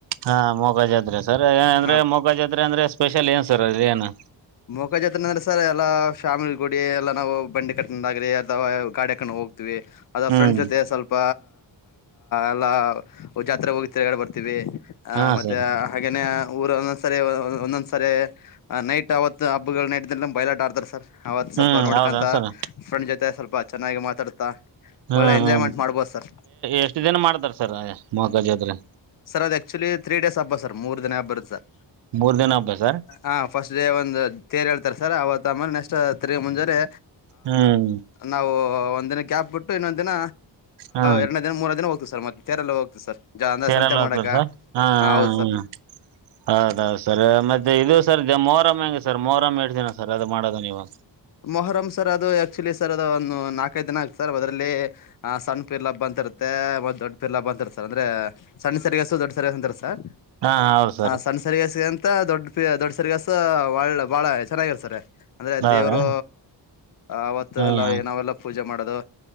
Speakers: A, on the right; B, on the left.
A: ಹಾ ಮೊಗ ಜಾತ್ರೆ ಸರ್ ಅಂದ್ರೆ
B: ಹಾ
A: ಮೊಗ ಜಾತ್ರೆ ಅಂದ್ರೆ ಸ್ಪೆಷಲ್ ಏನ್ ಸರ್ ಅದೇನು
B: <unintelligible> ಜಾತ್ರೆ ತ ಅಂದ್ರೆ ಸರ್ ಎಲ್ಲಾ ಫ್ಯಾಮಿಲಿ ಗೂಡಿ ಎಲ್ಲಾ ನಾವು ಬಂಡಿ ಕಟ್ಟ ಆಗ್ರಿ ಅಥವಾ ಗಾಡಿ ಹಾಕೊಂಡು ಹೋಗ್ತಿವಿ ಅದು
A: ಹ್ಮ್
B: ಫ್ರೆಂಡ್ಸ್ ಜೊತೆ ಸ್ವಲ್ಪ ಎಲ್ಲ ಜಾತ್ರೆ ಹೋಗಿ ತಿರ್ಗಾಡೆ ಬರ್ತೀವಿ ಆ
A: ಹಾ
B: ಮತ್ತೆ
A: ಸರ್
B: ಹಾಗೇನೆ ಊರ ಒಂದೊಂದ್ಸರಿ ಒಂದೊಂದ್ಸರಿ ನೈಟ್ ಅವತ್ ಹಬ್ಬಗಳ ನೈಟ್ ಬೈಲಾಟ ಆಡ್ತಾರೆ ಸರ್ ಅವತ್
A: ಹ್ಮ್
B: ಸ್ವಲ್ಪ ನೋಡ್ಕೊಂತ
A: ಹೌದಾ ಸರ್
B: ಫ್ರೆಂಡ್ ಜೊತೆ ಸ್ವಲ್ಪ ಚೆನ್ನಾಗಿ ಮಾತಾಡ್ತಾ
A: ಹಾ
B: ಒಳ್ಳೆ ಎಂಜಾಯ್ಮೆಂಟ್
A: ಹಾ
B: ಮಾಡ್ಬೋದು ಸರ್
A: ಎಷ್ಟು ದಿನ ಮಾಡ್ತಾರೆ ಸರ್ ಮೊಕಜಾತ್ರೆ
B: ಸರ್ ಅದು ಆಕ್ಚುಲಿ ತ್ರೀ ಡೇಸ್ ಹಬ್ಬ ಸರ್ ಮೂರು ದಿನ ಹಬ್ಬ ಇರುದು ಸರ್
A: ಮೂರ್ ದಿನ ಹಬ್ಬ ಸರ್
B: ಹಾ ಫಸ್ಟ್ ಡೇ ಒಂದು ತೇರು ಎಳ್ತಾರೆ ಸರ್ ಆವತ್ತ ಮೇಲೆ ನೆಕ್ಸ್ಟ್ ತಿರ್ಗಿ ಮುಂಜಾರೆ
A: ಹ್ಮ್
B: ನಾವು ಒಂದ ದಿನ ಕ್ಯಾಪ್ ಬಿಟ್ಟು ಇನ್ನೊಂದ್ ದಿನ
A: ಹಾ
B: ಎರಡನೇ ದಿನ ಮೂರೇ ದಿನ ಹೋಗ್ತವಿ ದು ಸರ್ ಮತ್ತೆೇರೆಲ್ಲ ಹೋಗತೀವ ಸರ್ ಅಂದ್ರೆ
A: ಸೇರೆಲ್ಲ
B: ಸಂತೆ
A: ಹೋಗಬ್ರ
B: ಮಾಡಕ
A: ಸ ಹಾ ಹಾ
B: ಹೌದು
A: ಹ್ಮ
B: ಸರ್
A: ಹೌದೌದು ಸರ್ ಮತ್ತೆ ಇದು ಸರ್ ಮೋರಮ್ಮ ಹೆಂಗೆ ಸರ್ ಮೋರಮ್ಮ ಎಡ್ತ ದಿನ ಸರ್ ಅದು ಮಾಡೋದು ನೀವು
B: ಮೊಹರಂ ಸರ್ ಅದು ಆಕ್ಚುಲಿ ಸರ್ ಅದು ಒಂದು ನಾಲ್ಕೈದು ದಿನ ಆಗ್ತ ಸರ್ ಅದರಲ್ಲಿ ಆ ಸಣ್ಣ ಪಿರ್ಲಬ್ ಬಂತಿರುತ್ತೆ ಮತ್ತ್ ದೊಡ್ ಪರ್ಲಬ್ ಬಂತಿರುತ್ತರ್ ಅಂದ್ರೆ ಸಣ್ಣ ಸರಿಗಸು ದೊಡ್ಡ ಸರಿಯ ಅಂತಾರ ಸರ್
A: ಹಾ ಹೌದು ಸರ್
B: ಸಣ್ಣ ಸರಿಗಸ್ಗ ಅಂತ ದೊಡ್ಡ ಪ ದೊಡ್ಡ ಸರಿಗಾಸಸ್ ಒಳ್ಳ ಬಾಳ ಚೆನ್ನಾಗಿರ್ತಾರೆ ಅಂದ್ರೆ
A: ಹೌದಾ
B: ದೇವರು ಅವತ್ತ
A: ಹ್ಮ್
B: ಎಲ್ಲಾ ಏ ನಾವೆಲ್ಲ ಪೂಜೆ ಮಾಡೋದು